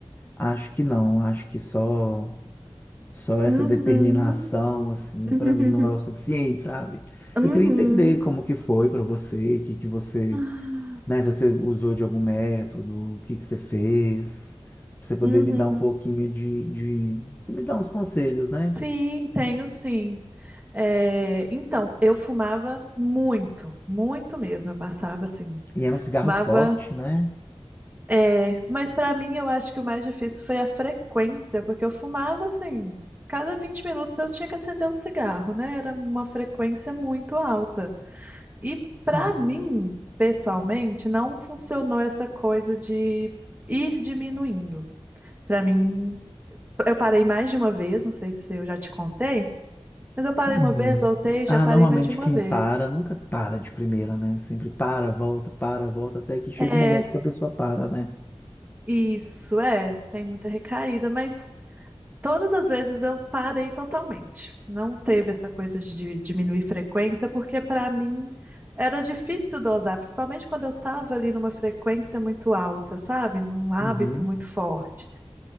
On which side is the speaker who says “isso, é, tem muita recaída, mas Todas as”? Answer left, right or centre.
Right